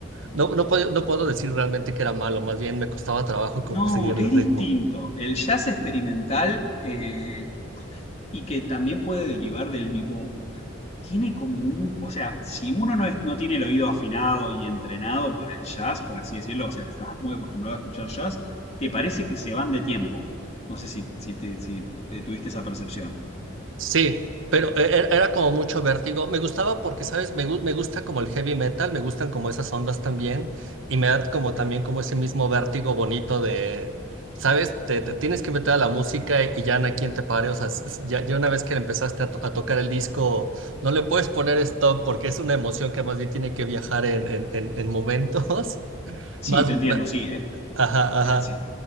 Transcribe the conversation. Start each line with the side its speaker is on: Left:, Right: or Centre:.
Right: no, no puedo, no puedo decir realmente que era malo, más bien me costaba trabajo
Left: No,
Right: como seguir
Left: es
Right: el
Left: distinto.
Right: ritmo.
Left: El jazz experimental eh, y que también puede derivar del bebop, tiene como un, o sea, si uno no, es- no tiene el oído afinado y entrenado para el jazz, por así decirlo, o sea, estás muy acostumbrado a escuchar jazz, te parece que se van de tiempo. No sé si, si, te, si eh, tuviste esa percepción.
Right: Sí, pero e- e, era como mucho vértigo. Me gustaba porque, ¿sabes? Me, gu- me gusta como el heavy metal, me gustan como esas ondas también y me da como también como ese mismo vértigo bonito de, ¿sabes? Te, te tienes que meter a la música y ya no hay quien te pare. O sea, s- s- ya, ya una vez que empezaste a, to- a tocar el disco, no le puedes poner stop porque es una emoción que más bien tiene que viajar en, en, en, en momentos. <laughs>
Left: Sí,
Right: Más,
Left: te entiendo,
Right: ma-
Left: sí, es,
Right: ajá, ajá.
Left: es así.